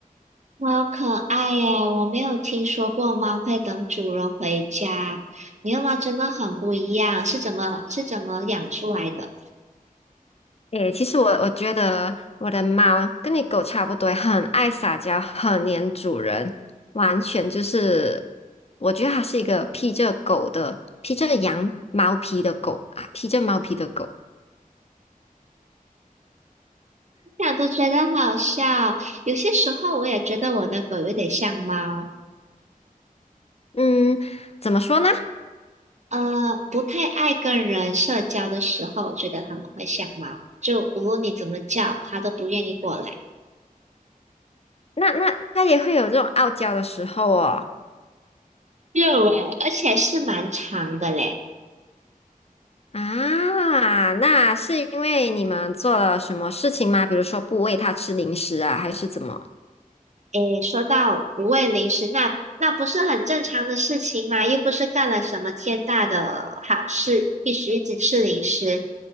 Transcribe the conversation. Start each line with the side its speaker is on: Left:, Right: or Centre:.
Right: 好可爱耶！我没有听说过猫会等主人回家，你的猫真的很不一样，是怎么是怎么养出来的？
Left: 诶，其实我我觉得我的猫跟你狗差不多，很爱撒娇，很黏主人，完全就是，我觉得它是一个披着狗的，披着羊毛皮的狗啊，披着毛皮的狗。
Right: 想都觉得好笑。有些时候我也觉得我的狗有点像猫，
Left: 嗯，怎么说呢？
Right: 呃，不太爱跟人社交的时候，我觉得它们会像猫，就无论你怎么叫，它都不愿意过来。
Left: 那那它也会有这种傲娇的时候哦。
Right: 有诶，而且是蛮长的嘞。
Left: 啊，那是因为你们做了什么事情吗？比如说不喂它吃零食啊，还是怎么？
Right: 诶，说到不喂零食，那那不是很正常的事情嘛？又不是干了什么天大的好事，必须一直吃零食。